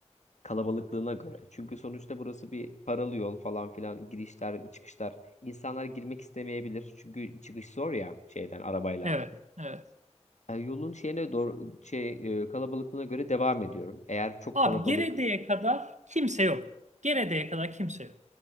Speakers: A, on the left; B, on the right.
A: kalabalıklığına göre. Çünkü sonuçta burası bir paralı yol falan filan girişler çıkışlar. İnsanlar girmek istemeyebilir. Çünkü çıkış zor ya şeyden arabayla.
B: Evet. Evet.
A: E, yolun şeyine doğru şey e, kalabalıklığına göre devam ediyorum. Eğer çok
B: Abi
A: kalabalık
B: Gerede'ye kadar kimse yok. Gerede'ye kadar kimse yok.